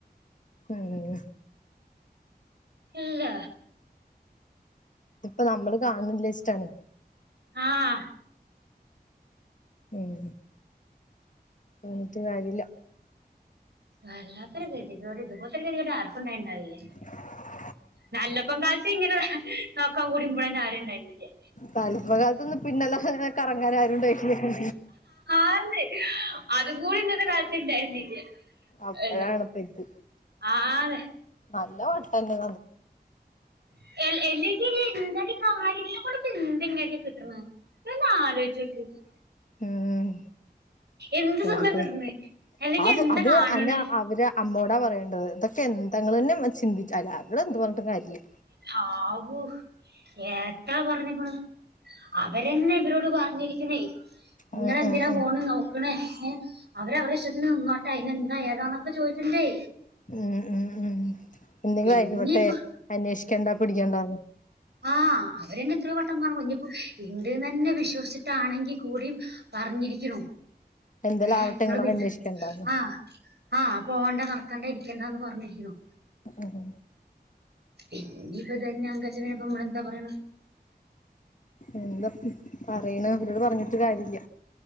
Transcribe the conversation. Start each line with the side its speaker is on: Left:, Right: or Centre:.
Left: ആഹ്
Right: ഇല്ല
Left: ഇതിപ്പ നമ്മള് കാണില്ലച്ച്ടാണ്
Right: ആഹ്
Left: ഉം അഹ് ഇന്നിട്ട് കാര്യല്ല
Right: വല്ലാത്ത ഒരു ഗതി ട്ടോ ഇതുപോലത്തെ ഒരു ഗതികേട് ആരുക്കുണ്ടാവില്ല
Left: ആ
Right: നല്ലപ്പം കാലത്ത് ഇങ്ങനെ നോക്കാൻ കൂടി ഇപഴന്നെ ആരുംണ്ടായിരുന്നില്ലേ
Left: തല്പ്കാലത്തൊന്നും പിന്നെല്ലാം അങ്ങന കറങ്ങാനൻ ആരുണ്ടായിട്ടില്ല
Right: ആന്ന് അതും കൂടി ഇന്നത്തെ കാലത്ത് ഇണ്ടായിരുന്നില്ല
Left: അപ്പഴാണ്
Right: അല്ല
Left: ഇപ്പ ഇത്
Right: ആന്ന്
Left: നല്ല മട്ടം തന്നെ
Right: <unintelligible> എന്ത കാര്യത്തിന ഇപ്പ എന്താ ഇങ്ങൾക്ക് കിട്ടണെ ഇജ് ഒന്ന് ആലോചിച്ചു നോക്ക്
Left: ഉം
Right: എന്ത്
Left: വെറുതെ
Right: സുഖാ കിട്ടണ് അല്ലെങ്കി
Left: അത്
Right: എന്താ കാണണ്
Left: അന്റെ അവര് അമ്മോടാ പറയണ്ടത് ഇതൊക്കെ എന്ത നിങ്ങളന്നെ ചിന്തിച്ച ആരോടും എന്ത് പറഞ്ഞിട്ടും കാര്യല്ല
Right: ആവു എത്രാ പറഞ്ഞിക്കണ് അവരെന്നെ ഇവരോട് പറഞ്ഞിരിക്കുന്നേ നിങ്ങൾ
Left: ഉം
Right: എന്തിനാ
Left: ഉം ഉം
Right: പോണനോ <unintelligible> ഏഹ് അവര് അവടെ ഇഷ്ടത്തിന് നിന്നോട്ടാ അതിന് എന്താ ഏതാന്നൊക്കെ ചോദിക്ക്ണ്ടേ
Left: ഉം ഉം ഉം എന്തെങ്കിലും
Right: പിന്നീപ്പ
Left: ആയികോട്ടെ അന്വേഷിക്കേണ്ടോ പിടിക്കേണ്ടോ
Right: ആഹ് അവരന്നെ എത്രയോ വട്ടം പറഞ്ക്കണ് ഇനിപ്പോ ഉണ്ട്ന്ന് തന്നെ വിശ്വസട്ടാണെങ്കിൽ കൂടിയും പറഞ്ഞിരിക്ക്ണു
Left: എന്തേലും
Right: എഹ്
Left: ആവട്ടെ
Right: നിങ്ങള്
Left: ഇങ്ങള്
Right: പിന്നെ
Left: അന്വേഷിക്കണ്ടാന്ന്
Right: ആഹ് ആഹ് പോകണ്ട നടക്കണ്ടേ ഇരിക്കണ്ട എന്ന് പറഞ്ഞിരിക്കുന്നു
Left: ഉം
Right: പിന്നിം ഇപ്പ ഇതന്നെച്ച നമ്മളെന്താ പറയണു
Left: എന്താ പറയണ അവരോട് പറഞ്ഞിട്ട് കാര്യല്ല